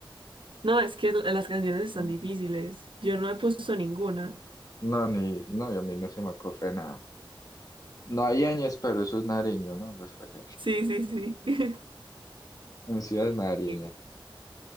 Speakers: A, on the right; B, on the left.
A: No, es que la- las canciones están
B: No,
A: difíciles. Yo no he puesto ninguna.
B: no, ni, no, y a mí no se me ocurre nada. No hay ñes, pero eso es Nariño, ¿no? Pues ok.
A: Sí, sí, sí. <laughs>
B: En sí es Nariño.
A: Y